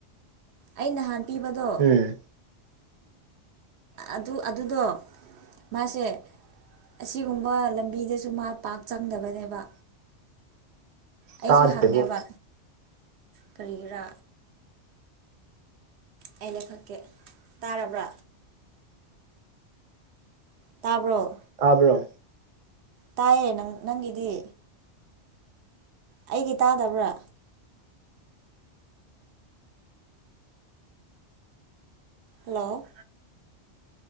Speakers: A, on the right; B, on the right.
A: ꯑꯩ ꯅꯍꯥꯟ꯫ ꯄꯤꯕꯗꯣ꯫
B: ꯎꯝ
A: ꯑꯗꯨ ꯑꯗꯨꯗꯣ ꯃꯥꯁꯦ꯫ ꯑꯁꯤꯒꯨꯝꯕ ꯂꯝꯕꯤꯗꯁꯨ ꯃꯥ ꯄꯥꯛ ꯆꯪꯗꯕꯅꯦꯕ꯫ ꯑꯩꯁꯨ
B: ꯇꯥꯗ꯭ꯔꯦꯕꯨ
A: ꯍꯪꯉꯦꯕ ꯀꯔꯤꯒꯤꯔꯥ ꯑꯩ ꯂꯩꯈꯛꯀꯤ ꯇꯥꯔꯕ꯭ꯔꯥ ꯇꯥꯕ꯭ꯔꯣ
B: ꯑꯕ꯭ꯔꯣ
A: ꯇꯥꯏꯌꯦ ꯅꯪ ꯅꯪꯒꯤꯗꯤ ꯑꯩꯒꯤ ꯇꯥꯗꯕ꯭ꯔꯥ ꯍꯜꯂꯣ